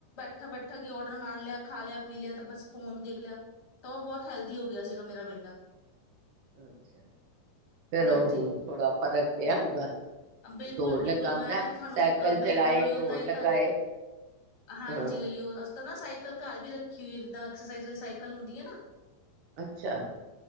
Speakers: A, on the left; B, on the right.
A: ਬੈਠੇ ਗਈ ਆਰਡਰ ਮਾਰ ਲਿਆ। ਖਾ ਲਿਆ, ਪੀ ਲਿਆ ਤਾਂ ਬਸ ਫੋਨ ਦੇਖ ਲਿਆ ਤਾਂ ਉਹ ਬਹੁਤ ਹੈਲਦੀ ਹੋ ਗਿਆ ਸੀਗਾ ਮੇਰਾ ਬੇਟਾ।
B: ਅੱਛਾ ਫੇਰ
A: ਹਾਂਜੀ
B: ਉਹ ਹੁਣ ਥੋੜਾ ਫ਼ਰਕ ਪਿਆ ਉਹਦਾ
A: ਬਿਲਕੁਲ
B: ਦੌੜ
A: ਬਿਲਕੁਲ
B: ਲਗਾਦਾ
A: ਮੈਂ ਉਹ ਤੁਹਾਨੂੰ
B: ਸਾਈਕਲ
A: ਅ, ਬਿਲਕੁਲ
B: ਚਲਾਏ,
A: ਉਹੀਓ
B: ਦੌੜ
A: ਤਾਂ ਹੀ
B: ਲਗਾਏ
A: ਤਾਂ ਹਾਂਜੀ
B: ਹਾਂ।
A: ਉਹੀਓ ਅਸੀਂ ਨਾ ਸਾਈਕਲ ਘਰ ਵੀ ਰੱਖੀ ਹੋਈ ਹੈ ਜਿੱਦਾਂ ਐਕਸਰਸਾਈਜ਼ ਸਾਈਕਲ ਹੁੰਦੀ ਹੈ ਨਾ।
B: ਅੱਛਾ